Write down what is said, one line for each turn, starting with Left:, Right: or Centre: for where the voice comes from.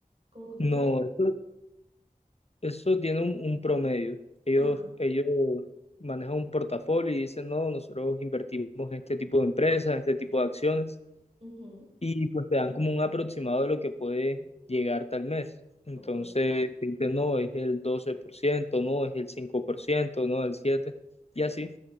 Right: Como, cómo
Left: No,
Right: se...
Left: eso, eso tiene un, un promedio. Ellos,
Right: Ajá.
Left: ellos manejan un portafolio y dicen, no, nosotros invertimos en este tipo de empresas, en este tipo de acciones,
Right: ujú,
Left: y pues te dan como un aproximado de lo que puede llegar tal mes. Entonces,
Right: Ok.
Left: te dicen, no, es el 12%, no, es el 5%, no, el 7%, y así.